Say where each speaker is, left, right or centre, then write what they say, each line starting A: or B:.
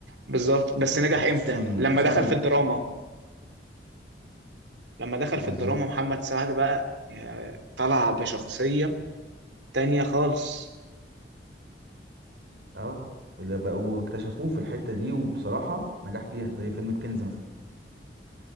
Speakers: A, on the right (about 85°); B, on the right (about 65°).
A: بالظبط بس نجح امتى
B: خصوصا
A: لما
B: خصوصا
A: دخل في الدراما لما دخل
B: بالظبط
A: في الدراما محمد سعد بقى آه، طلع بشخصيه تانية خالص
B: اه اللي بقى- واكتشفوه في الحتة دي وبصراحة نجح فيها زي فيلم الكنز مثلا